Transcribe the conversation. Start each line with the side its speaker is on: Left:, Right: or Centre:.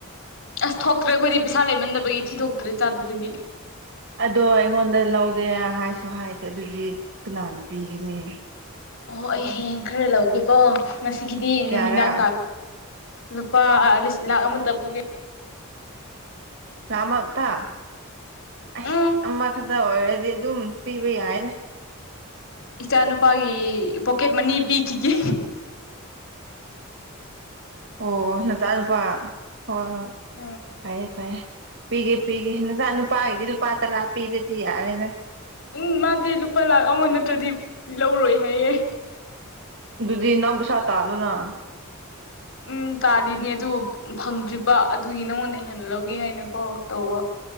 Left: ꯑꯁ ꯊꯣꯛꯇ꯭ꯔꯦ ꯑꯩꯈꯣꯏꯗꯤ ꯄꯩꯁꯥ ꯂꯩꯃꯟꯗꯕꯒꯤ ꯊꯤ ꯊꯣꯛꯣꯛꯇ꯭ꯔꯦ ꯆꯥꯗꯕꯒꯤ
Right: ꯑꯗꯣ ꯑꯩꯉꯣꯟꯗ ꯂꯧꯒꯦ ꯍꯥꯏꯁꯨ ꯍꯥꯏꯗꯦ ꯑꯗꯨꯗꯤ ꯀꯅꯥꯅ ꯄꯤꯒꯅꯤ
Left: ꯑꯣ ꯑꯩ ꯍꯌꯦꯡ ꯈꯔ ꯂꯧꯒꯦꯀꯣ ꯉꯁꯤꯒꯤꯗꯤ
Right: ꯀꯌꯥꯔꯥ
Left: ꯅꯨꯃꯤꯗꯥꯡ ꯇꯥꯛ ꯂꯨꯄꯥ ꯂꯤꯁꯤꯡ ꯂꯥꯛ ꯑꯃꯇ ꯄꯨꯒꯦ
Right: ꯔꯃ ꯇ ꯑꯁ
Left: ꯎꯝ
Right: ꯑꯃꯈꯛꯇ ꯑꯣꯏꯔꯗꯤ ꯑꯗꯨꯝ ꯄꯤꯕ ꯌꯥꯏꯅ
Left: ꯏꯆꯥꯅꯨꯄꯥꯒꯤ ꯄꯣꯀꯦꯠ ꯃꯅꯤ ꯄꯤꯈꯤꯒꯦ
Right: ꯑꯣ ꯅꯆꯥ ꯅꯨꯄꯥ ꯍꯣꯏ ꯍꯣꯏ
Left: ꯎꯝ
Right: ꯐꯩꯦ ꯐꯩꯦ ꯄꯤꯒꯦ ꯄꯤꯒꯦ ꯅꯆꯥ ꯅꯨꯄꯥꯒꯤꯗꯤ ꯂꯨꯄꯥ ꯇꯔꯥ ꯄꯤꯔꯗꯤ ꯌꯥꯔꯦꯅꯦ
Left: ꯎꯝ ꯃꯥꯗꯤ ꯂꯨꯄꯥ ꯂꯥꯛ ꯑꯃ ꯅꯠꯇ꯭ꯔꯗꯤ ꯂꯧꯔꯣꯏ ꯍꯥꯏꯌꯦꯦ
Right: ꯑꯗꯨꯗꯨꯖꯤ ꯅꯁꯇꯥꯜꯣꯅ
Left: ꯎꯝ ꯇꯥꯜꯂꯤꯅꯦ ꯑꯗꯨꯕꯨ ꯐꯪꯗ꯭ꯔꯤꯕ ꯑꯗꯨꯒꯤ ꯅꯉꯣꯟꯗ ꯑꯩ ꯍꯥꯟꯅ ꯂꯧꯒꯦ ꯍꯥꯏꯅꯀꯣ ꯇꯧꯕ